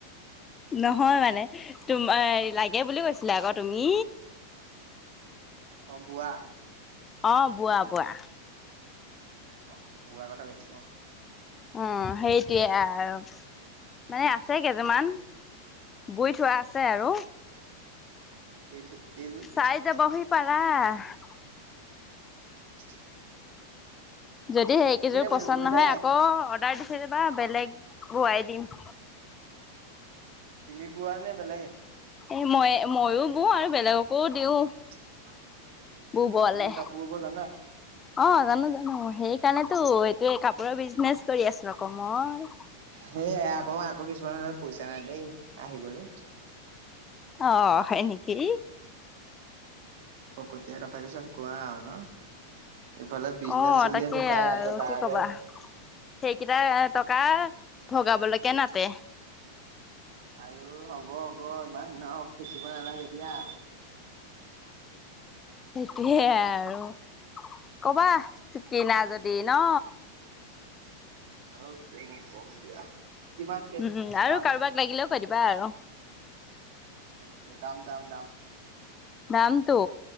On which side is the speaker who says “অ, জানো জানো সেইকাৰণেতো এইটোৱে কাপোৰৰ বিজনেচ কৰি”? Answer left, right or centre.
Left